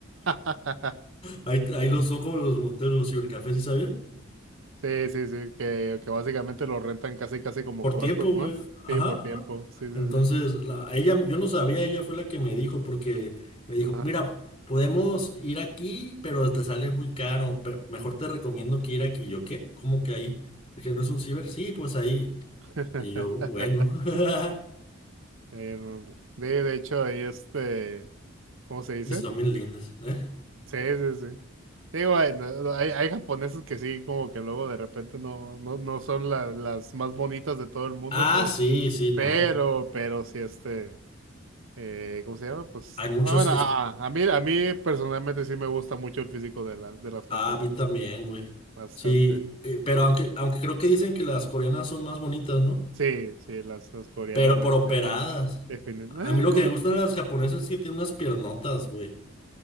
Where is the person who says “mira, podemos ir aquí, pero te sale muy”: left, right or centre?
Left